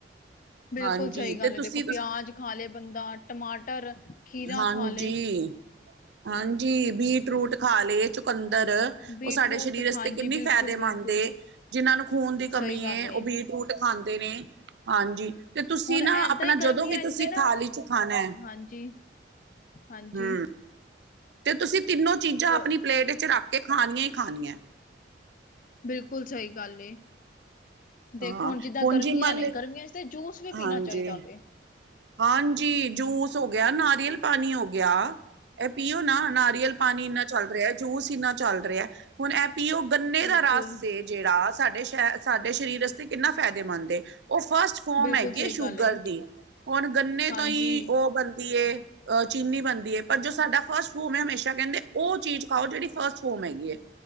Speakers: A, on the left; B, on the right.
A: ਬਿਲਕੁਲ
B: ਹਾਂਜੀ
A: ਸਹੀ ਗੱਲ
B: ਤੇ
A: ਐ ਦੇਖੋ
B: ਤੁਸੀਂ
A: ਪਿਆਜ ਖਾ ਲਏ ਬੰਦਾ ਟਮਾਟਰ ਖੀਰਾ
B: ਹਾਂਜੀ
A: ਖਾ ਲਏ
B: ਹਾਂਜੀ ਬੀਟ ਰੂਟ ਖਾ ਲਏ ਚੁਕੰਦਰ
A: ਬੀਟਰੂਟ
B: ਉਹ ਸਾਡੇ ਸਰੀਰ ਵਾਸਤੇ
A: ਹਾਂਜੀ
B: ਕਿੰਨੀ
A: ਬਿਲਕੁਲ
B: ਫਾਇਦੇਮੰਦ
A: ਬਿਲਕੁਲ।
B: ਏ ਜਿਹਨਾਂ ਨੂੰ ਖ਼ੂਨ ਦੀ ਕਮੀ
A: ਸਹੀ ਗੱਲ
B: ਐ
A: ਏ
B: ਉਹ ਬੀਟ ਰੂਟ ਖਾਂਦੇ ਨੇ ਹਾਂਜੀ। ਤੇ ਤੁਸੀਂ
A: ਹੁਣ
B: ਨਾ
A: ਏਦਾਂ
B: ਆਪਣਾ
A: ਹੀ ਗਰਮੀਆਂ
B: ਜਦੋਂ ਵੀ ਤੁਸੀਂ
A: ਚ ਤੇ ਨਾ
B: ਥਾਲੀ ਚ ਖਾਣਾ ਹੈ।
A: ਹਾਂਜੀ ਹਾਂਜੀ।
B: ਹਮ ਤੇ ਤੁਸੀਂ ਤਿੰਨੋ ਚੀਜ਼ਾਂ
A: ਉਹ
B: ਆਪਣੀ ਪਲੇਟ ਚ ਰੱਖ ਕੇ ਖਾਣੀਆਂ ਈ ਖਾਣੀਆਂ।
A: ਬਿਲਕੁਲ ਸਹੀ ਗੱਲ ਏ ਦੇਖੋ
B: ਹਾਂ
A: ਹੁਣ ਜਿੱਦਾਂ ਗਰਮੀਆਂ
B: ਜੀ ਮੰਨ
A: ਨੇ
B: ਲ
A: ਗਰਮੀਆਂ ਤੇ ਜੂਸ ਵੀ
B: ਹਾਂਜੀ
A: ਪੀਣਾ ਚਾਹੀਦਾ ਵੈ
B: ਹਾਂਜੀ, ਜੂਸ ਹੋ ਗਿਆ ਨਾਰੀਅਲ ਪਾਣੀ ਹੋ ਗਿਆ। ਇਹ ਪੀਓ ਨਾ ਨਾਰੀਅਲ ਪਾਣੀ ਇੰਨਾ ਚੱਲ ਰਿਹਾ ਜੂਸ ਇੰਨਾ ਚੱਲ ਰਿਹਾ ਹੁਣ ਇਹ ਪੀਵੋ ਗੰਨੇ
A: ਬਿਲਕੁਲ
B: ਦਾ ਰਸ ਏ ਜਿਹੜਾ ਸਾਡੇ ਸਰੀਰ ਵਾਸਤੇ ਕਿੰਨਾ ਫਾਇਦੇਮੰਦ ਏ ਉਹ ਫਸਟ ਫੋਮ
A: ਬਿਲਕੁਲ
B: ਹੈਗੀ
A: ਸਹੀ
B: ਐ ਸ਼ੂਗਰ
A: ਗੱਲ ਏ
B: ਦੀ ਹੁਣ ਗੰਨੇ
A: ਹਾਂਜੀ
B: ਤੋਂ ਹੀ ਉਹ ਬਣਦੀ ਏ ਅਹ ਚੀਨੀ ਬਣਦੀ ਐ ਪਰ ਜੋ ਸਾਡਾ ਫਸਟ ਫੋਮ ਐ ਹਮੇਸ਼ਾ ਕਹਿੰਦੇ ਉਹ ਚੀਜ਼ ਖਾਓ ਜਿਹੜੀ ਫਸਟ ਫੋਮ ਹੈਗੀ ਐ।